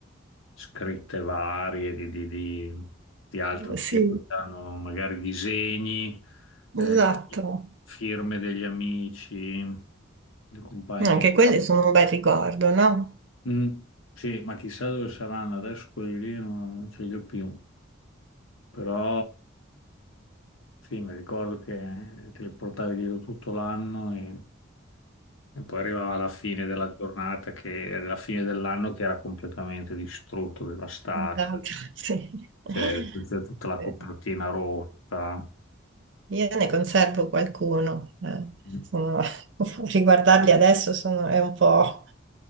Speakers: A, on the left; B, on the right.
A: scritte varie di, di- di- di altro
B: Sì,
A: tipo, c'erano magari disegni, eh,
B: esatto.
A: firme degli amici, dei compagni
B: Anche
A: di
B: quelli sono un bel ricordo, no?
A: Mm, sì, ma chissà dove saranno adesso quelli lì, non, non ce li ho più. Però sì, mi ricordo che te li portavi dietro tutto l'anno e, e poi arrivava la fine della giornata, che era la fine dell'anno che era completamente distrutto, devastato,
B: Esatto, sì. <laughs>
A: cioè tutta tutta la copertina rotta.
B: Io ne conservo qualcuno, eh,
A: Mm,
B: sono- <laughs> riguardarli adesso sono, è un po',